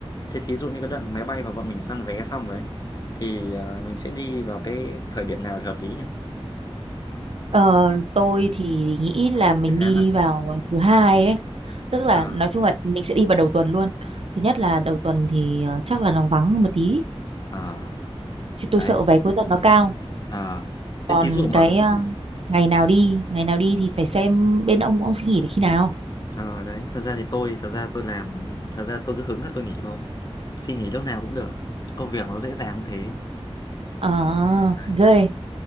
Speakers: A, on the left; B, on the right.
A: Thế thí dụ như cái đoạn máy bay mà bọn mình săn vé xong rồi ấy, thì ờ, mình sẽ đi vào cái thời điểm nào là hợp lý nhỉ?
B: Ờ, tôi thì nghĩ là mình
A: mấy tháng
B: đi
A: à?
B: vào thứ hai ấy. Tức là
A: Ờ,
B: nói chung là mình sẽ đi vào đầu tuần luôn. Thứ nhất là đầu tuần thì ờ, chắc là nó vắng hơn một tí.
A: ờ,
B: Chứ
A: đấy.
B: tôi sợ vé cuối tuần nó cao.
A: Ờ. Thế
B: Còn
A: thí dụ mà
B: cái ờ, ngày nào đi, ngày nào đi thì phải xem bên ông ông xin nghỉ được khi nào.
A: ờ đấy, thật ra thì tôi thật ra tôi làm thật ra tôi cứ hứng là tôi nghỉ thôi. Xin nghỉ lúc nào cũng được. Công việc nó dễ dàng thế.
B: À,
A: Đấy.
B: ghê.